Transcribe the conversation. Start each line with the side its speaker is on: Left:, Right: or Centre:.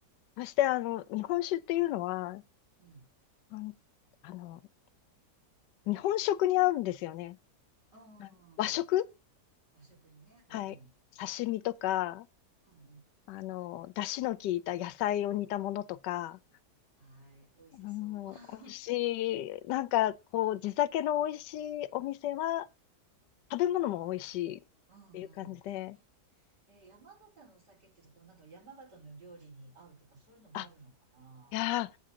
Left: い。そして、あの、日本酒っていうのは、
Right: うん。
Left: あの、あの日本食に合うんですよね。
Right: ああ、
Left: はい和食
Right: 和食にね。うん。
Left: はい。
Right: うん
Left: 刺身とか、
Right: うん。
Left: あの、出汁の効いた野菜を煮たものとか、
Right: はい。美味しそう。
Left: うん、
Right: <laughs>
Left: 美味しい、なんか、こう、地酒の美味しいお店は、食べ物も美味しいっていう感じで、
Right: うんうん。えー山形のお酒っていうと、こう、なんか山形の料理に合うとか、そういうのもあるのかな。
Left: あいやー、